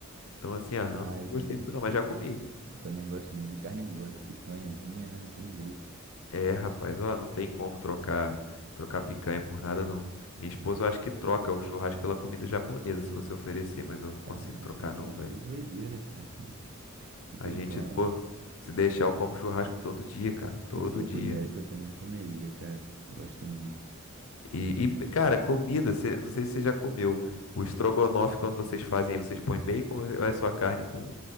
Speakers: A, on the left; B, on the right.
A: Então, assim, a
B: Ah,
A: rã não
B: eu
A: gostei
B: também,
A: muito não, mas
B: eu,
A: já comi.
B: eu também gosto muito de carne gorda, picanhazinha, né? Não tem jeito.
A: É, rapaz, ó, não tem como trocar trocar picanha por nada, não. Minha esposa, eu acho que troca o churrasco pela comida japonesa, se você oferecer, mas eu não
B: Caraca,
A: consigo trocar,
B: mas
A: não,
B: é aí
A: velho.
B: doideira, cara. <laughs> Não
A: A
B: tem
A: gente,
B: como.
A: pô, se deixar, eu como churrasco todo dia, cara, todo
B: Ou se eu
A: dia.
B: pudesse, eu também comeria, cara. Gosto muito.
A: E, e, cara, comida, cê- não sei se você já comeu. O estrogonofe, quando vocês fazem, aí, vocês põem bacon ou é só carne com,